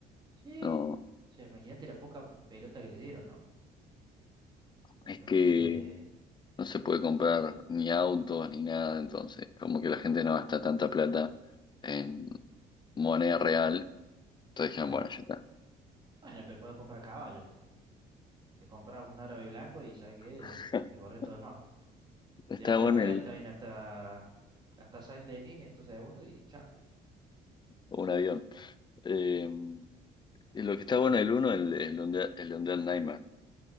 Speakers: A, on the right (about 25°); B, on the left (about 25°).
A: Sí.
B: No.
A: O sea, imagínate la poca pelota que le dieron, ¿no? Entonces...
B: Es que... no se puede comprar ni autos ni nada, entonces como que la gente no gasta tanta plata en moneda real, entonces dijeron,
A: claro,
B: bueno, ya está.
A: Bueno, pero puedes comprar caballos. Te compras un árabe blanco y sabes que,
B: <laughs>
A: que corre todo el mapa.
B: Está
A: Te llevas
B: bueno
A: de Valentine
B: el,
A: hasta, hasta Saint-Denis en dos segundos y chao.
B: un avión. Eh, y lo que está bueno el uno, el, el, Undead- el Undead Nightmare,